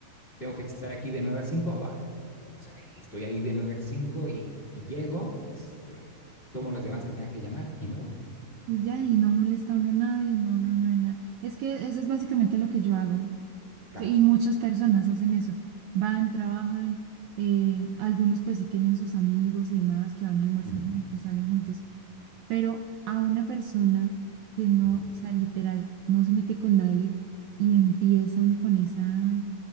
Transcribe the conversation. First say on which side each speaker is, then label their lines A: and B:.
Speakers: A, on the left; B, on the right.
A: tengo que estar aquí de 9 a 5, va, o sea, y estoy ahí de 9 a 5 y, y llego, este, tomo las llamadas que tenga que llamar y me voy.
B: Y ya, y no molesta a uno a nadie, no, no, no, nada. Es que eso es básicamente lo que yo hago.
A: Claro.
B: Sí, Y muchas personas hacen eso. Van, trabajan, eh, algunos pues sí tienen sus amigos y demás que van y almuerzan
A: Ujú,
B: juntos, salen juntos pero a una persona que no,
A: ujú,
B: o sea, literal, no se mete con nadie y empiezan con esa,